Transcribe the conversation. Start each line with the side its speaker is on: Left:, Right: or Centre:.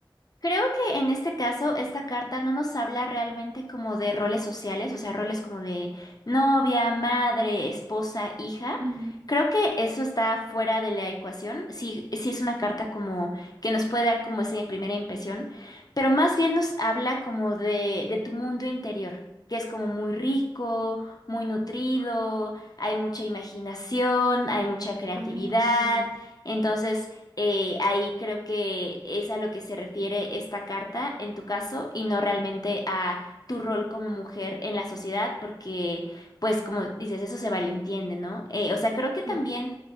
Left: Creo que en este caso esta carta no nos habla realmente como de roles sociales, o sea, roles como de novia, madre, esposa, hija.
Right: Ujú.
Left: Creo que eso está fuera de la ecuación. Sí, sí es una carta como que nos puede dar como esa primera impresión, pero más bien nos habla como de, de tu mundo interior, que es como muy rico, muy nutrido, hay mucha imaginación, hay mucha creatividad.
Right: Ah,
Left: Entonces eh, ahí creo que es a lo que se refiere esta carta en tu caso y no realmente a tu rol como mujer en la sociedad, porque pues como dices, eso se malentiende, ¿no? Eh, o sea, creo que también
Right: sí.